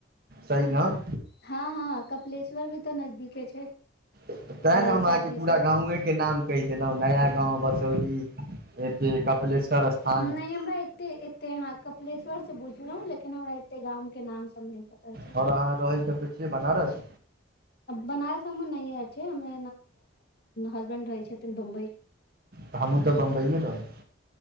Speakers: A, on the right; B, on the left.
A: सही न
B: हँ हँ कपिलेश्वर भी तऽ नजदीके छै
A: तैँ
B: रहिका
A: ने हम अहाँके
B: दिसन
A: पूरा गाँवएके नाम कहि देलौ नया गाँव बसौली ए कपिलेश्वर स्थान
B: नहि हमरा एते एते य कपिलेश्वर से बुझलौ लेकिन हमरा एते गाम के नाम सब नहि पता य
A: आओर अहाँ रहै कत छियै बनारस
B: बनारय हमर नैहरछै हमे हसबैंड रहै छथिन बम्बई
A: त हमहूँ तऽ बम्बइए रहै छी